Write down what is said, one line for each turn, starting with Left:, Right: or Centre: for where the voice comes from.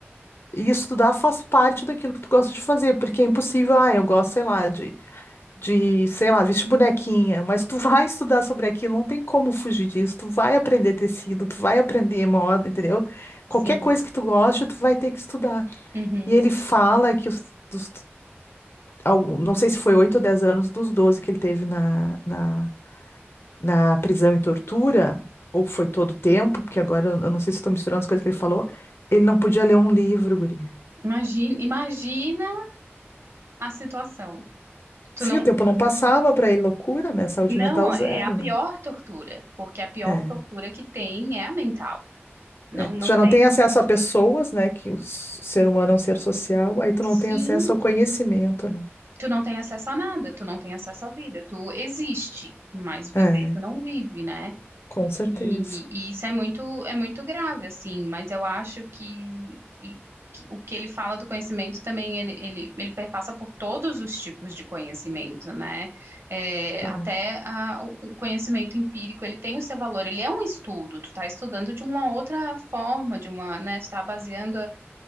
Left: E estudar faz parte daquilo que tu gosta de fazer, porque é impossível, ah, eu gosto, sei lá, de, de, sei lá, vestir bonequinha, mas tu <laughs> vai estudar sobre aquilo, não tem como fugir disso, tu vai aprender tecido, tu vai aprender moda, entendeu?
Right: Sim.
Left: Qualquer coisa que tu goste, tu vai ter que estudar.
Right: Uhum.
Left: E ele fala que os, dos- algum- não sei se foi 8 ou 10 anos dos 12 que ele teve na, na, na prisão e tortura, ou foi todo o tempo, porque agora eu eu não sei se estou misturando as coisas que ele falou, ele não podia ler um livro, guri.
Right: Imagina, imagina a situação. Tu
Left: Sim,
Right: não,
Left: o tempo não passava para ele, loucura, né? Saúde
Right: não,
Left: mental zero,
Right: é a pior
Left: né?
Right: tortura, porque a pior
Left: É,
Right: tortura que tem é a mental. Não,
Left: é. Tu
Right: não
Left: já
Right: tem.
Left: não tem acesso a pessoas, né? Que o s- ser humano é um ser social, aí tu não
Right: Sim,
Left: tem acesso ao conhecimento, né?
Right: tu não tem acesso a nada, tu não tem acesso à vida, tu existe, mas viver
Left: É, é,
Right: tu não vive, né?
Left: com certeza.
Right: E, e isso é muito, é muito grave, assim, mas eu acho que, que- que o que ele fala do conhecimento também, ele, ele, ele perpassa por todos os tipos de conhecimento, né? É,
Left: É,
Right: até a- o o conhecimento empírico, ele tem o seu valor, ele é um estudo, tu tá estudando de uma outra forma, de uma, né, tu tá baseando a-